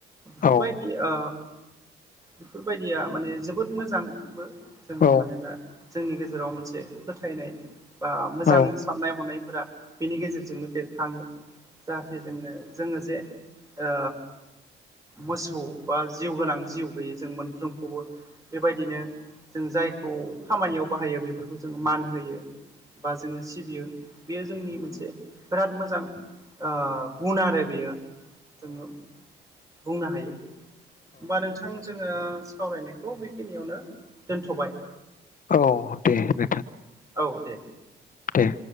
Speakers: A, on the right (about 15°); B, on the left (about 45°).
A: बेफोरबायदि
B: औ
A: ओ बेफोरबायदिया माने जोबोद मोजांबो। जोङो
B: औ
A: मानोना जोंनि गेजेराव मोनसे फोथायनाय बा मोजां
B: औ
A: साननाय हनायफोरा बेनि गेजेरजोंनो बेर खाङो जाहाथे जोङो जोङो जे ओ मोसौ बा जिउ गोनां जिउ गैयै जों मोनफ्रोमखौबो बेबायदिनो जों जायखौ खामानियाव बाहायो बेफोरखौ जोङो मान होयो बा जोङो सिबियो बियो जोंनि मोनसे बिराद मोजां आ गुन आरो बेयो जोङो बुंनो हायो होमबा नोंथां जोङो सावरायनायखौ बेखिनियावनो दोनथ'बाय
B: औ दे नोंथां
A: औ दे
B: दे